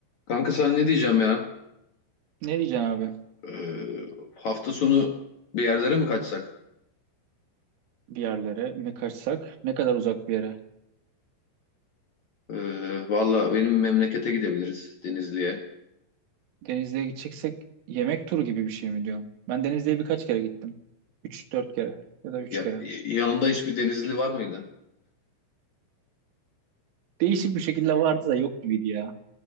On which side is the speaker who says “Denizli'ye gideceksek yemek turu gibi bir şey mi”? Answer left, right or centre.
Right